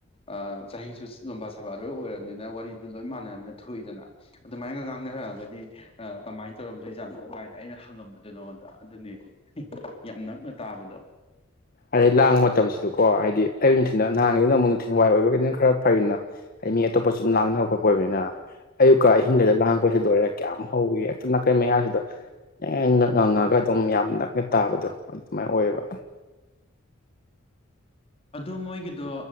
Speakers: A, on the left; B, on the left.
A: ꯑ ꯆꯍꯤꯁꯨ ꯂꯣꯕꯥ ꯁꯕꯥ ꯂꯣꯏ ꯑꯣꯏꯔꯕꯅꯤꯅ ꯋꯥꯔꯤꯗꯨꯣ ꯂꯣꯏ ꯃꯥꯟꯅꯅꯤꯅ ꯊꯣꯛꯏꯗꯅ ꯑꯗꯨꯃꯥꯏꯅꯒ ꯉꯥꯡꯅꯔꯛꯑꯒꯗꯤ ꯀꯃꯥꯏꯅ ꯇꯧꯔꯝꯗꯣꯏꯖꯥꯠꯅꯣ ꯀꯥꯏꯅ ꯑꯩꯅ ꯍꯪꯉꯝꯕꯗꯗꯨ ꯅꯉꯣꯟꯗ ꯑꯗꯨꯅꯤ ꯌꯥꯝ ꯅꯛꯅ ꯇꯥꯕꯗꯣ
B: ꯑꯗꯩ ꯂꯥꯡꯕ ꯃꯇꯝꯁꯤ ꯑꯗꯨꯀꯣ ꯍꯥꯏꯗꯤ ꯑꯌꯨꯛ ꯅꯨꯡꯊꯤ ꯅꯍꯥꯡꯉꯤꯗꯨꯅ ꯑꯃꯨꯛ ꯅꯨꯡꯊꯤ ꯋꯥꯏ ꯑꯣꯏꯕꯒꯅꯤꯅ ꯈꯔ ꯐꯔꯤꯅ ꯍꯥꯏꯗꯤ ꯃꯤ ꯑꯇꯣꯞꯄ ꯁꯨꯝ ꯂꯥꯡꯅꯕ ꯈꯣꯠꯄ ꯑꯣꯏꯕꯅꯤꯅ ꯑꯌꯨꯛꯀ ꯑꯍꯤꯡꯒꯗ ꯂꯥꯡꯉꯛꯄꯩꯁꯤꯗꯣꯏꯔꯦ ꯀꯌꯥꯝ ꯍꯧꯏꯤ ꯍꯦꯛꯇꯝ ꯅꯥꯀꯟ ꯃꯌꯥꯁꯤꯗ ꯅꯛ ꯉꯪꯉꯒ ꯑꯗꯨꯝ ꯌꯥꯝ ꯅꯛꯅ ꯇꯥꯕꯗꯣ ꯃꯥꯏꯅ ꯑꯣꯏꯌꯦꯕ
A: ꯑꯗꯨ ꯃꯣꯏꯒꯤꯗꯣ